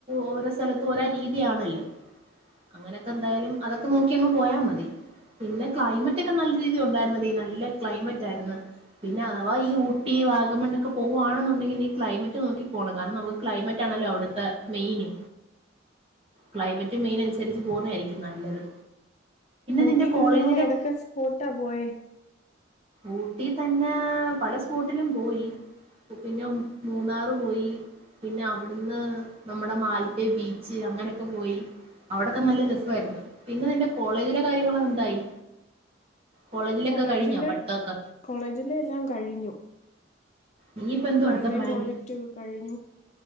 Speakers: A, on the right; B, on the left.
A: ഓരോ സ്ഥലത്തും ഓരോ രീതിയാണല്ലോ അങ്ങനെയൊക്കെ എന്തായാലും അതൊക്കെ നോക്കി അങ്ങ് പോയാ മതി പിന്നെ ക്ലെമറ്റ് ഒക്കെ നല്ല രീതി ഒണ്ടായിരുന്നതി നല്ല ക്ലെമറ്റ് ആര്ന്ന് പിന്നെ അഥവാ ഈ ഊട്ടി, വാഗമൺ ഒക്കെ പോവുവാണെന്നുണ്ടെങ്കിൽ നീ ക്ലെമറ്റ് നോക്കി പോണം കാരണം നമക്ക് ക്ലെമറ്റ് ആണല്ലോ അവട്ത്തെ മെയിന് ക്ലെമറ്റ് മെയിൻ അന്സരിച്ച് പോന്നോ ആരിക്കും നല്ലത്
B: ഊട്ടി
A: നിന്റെ
B: പിന്നെ
A: കോളേജിലെ
B: നിങ്ങള് ഏതൊക്കെ സ്പോട്ടാ പോയേ
A: ഊട്ടി തന്നെ പല സ്പോട്ടിലും പോയി പിന്നെ മൂന്നാറ് പോയി പിന്നെ അവട്ന്ന് നമ്മടെ മാൽപ്പേ ബീച്ച് അങ്ങനെയൊക്കെ പോയി അവടെക്കെ നല്ല രെസാര്ന്ന് പിന്നെ നിൻ്റെ കോളേജിലെ കാര്യങ്ങള് എന്തായി കോളേജിലൊക്കെ
B: കോളേജിലെ
A: കഴിഞ്ഞോ പഠിത്തൊക്കെ
B: കോളേജിലെ എല്ലാം കഴിഞ്ഞു
A: ഇനിയിപ്പ എന്തുവാ
B: വൈവേം,
A: അടുത്ത പ്ലാന്
B: പ്രോജക്റ്റ് ഒക്കെ കഴിഞ്ഞു